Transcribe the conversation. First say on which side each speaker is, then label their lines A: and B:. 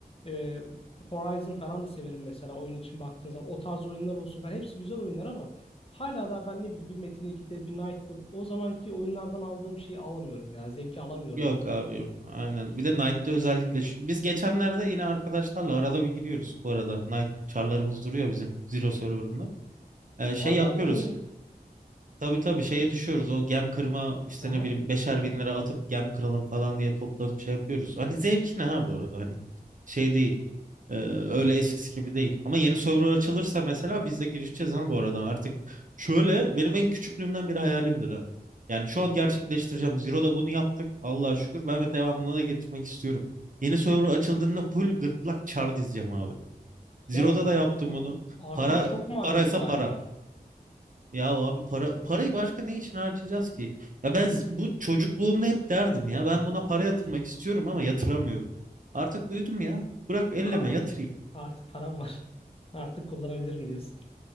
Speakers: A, on the left (about 35°); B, on the right (about 55°).
A: e, Horizon falan da severim mesela oyun için baktığınız zaman. O tarz oyunlar olsun falan hepsi güzel oyunlar ama hala da ben ne bileyim bir Metin 2'de bir Knight'da o zamanki oyunlardan aldığım şeyi alamıyorum ya. Zevki alamıyorum
B: yok
A: ben.
B: abi yok. Aynen. Bir de Knight'ta özellikle şu- biz geçenlerde yine arkadaşlarla arada bir giriyoruz bu arada. Knight çarlarımız duruyor bizim Zero Server'ında. Ee, şey
A: Hala
B: yapıyoruz.
A: duruyor mu ya?
B: Tabii tabii şeye düşüyoruz. O gem kırma işte
A: Aha.
B: ne bileyim beşer bin lira atıp gem kıralım falan diye toplanıp şey yapıyoruz. Hani zevkine ha bu arada hani şey değil. Ee, öyle eskisi gibi değil. Ama yeni server açılırsa mesela biz de girişeceğiz ha bu arada artık. Şöyle benim en küçüklüğümden beri hayalimdir ha. Yani şu an gerçekleştireceğim. Zero'da bunu yaptık. Allah'a şükür. Ben ve devamını da getirmek istiyorum. Yeni server açıldığında full gırtlak çar dizeceğim abi. Zero'da
A: Ya
B: da yaptım bunu.
A: artık
B: Para
A: çok maliyetli
B: paraysa
A: galiba.
B: para. Ya abi para parayı başka ne için harcayacağız ki? Ya ben z- bu çocukluğumda hep derdim ya ben buna para yatırmak istiyorum ama yatıramıyorum. Artık büyüdüm ya. Bırak elleme
A: Ha,
B: yatırayım.
A: artık param var. Artık kullanabilirim diyorsun.